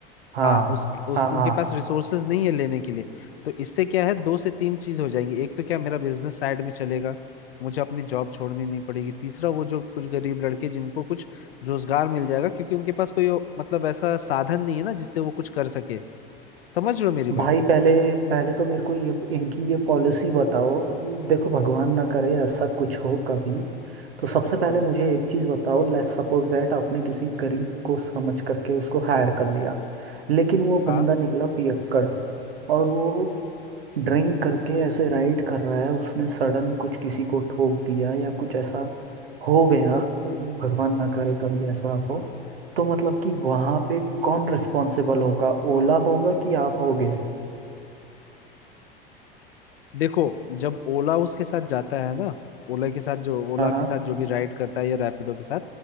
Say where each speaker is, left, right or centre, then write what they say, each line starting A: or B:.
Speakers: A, on the right (about 75°); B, on the left (about 75°).
A: हाँ
B: हाँ उस, उस
A: हाँ
B: उनके
A: हाँ
B: पास
A: हाँ
B: रिसोर्सेज नहीं है लेने के लिए तो इससे क्या है दो से तीन चीज हो जाएंगी एक तो क्या मेरा बिजनेस साइड में चलेगा मुझे अपनी जॉब छोड़नी नहीं पड़ेगी तीसरा वो जो कुछ गरीब लड़के जिनको कुछ रोजगार मिल जाएगा क्योंकि उनके पास कोई ओ- मतलब ऐसा साधन नहीं है ना जिससे वो कुछ कर सके समझ रहे हो मेरी बात
A: भाई पहले पहले तो मेरे को ये इनकी ये पॉलिसी बताओ देखो भगवान ना करे ऐसा कुछ हो कभी तो सबसे पहले
B: हम्म।
A: मुझे एक चीज बताओ लेट्स सपोज दैट आपने किसी गरीब को समझ करके उसको हायर कर लिया लेकिन वो
B: हाँ
A: बंदा निकला पियक्कड़ और वो ड्रिंक करके ऐसे राइड कर रहा है उसने सडन कुछ किसी को ठोक दिया या कुछ ऐसा हो गया भगवान ना करे कभी ऐसा हो तो मतलब कि वहां पे कौन रिस्पॉन्सिबल होगा ओला होगा कि आप होगे
B: देखो जब ओला उसके साथ जाता है ना ओला के साथ जो ओला
A: हाँ हाँ।
B: के साथ जो भी राइड करता है या रैपिडो के साथ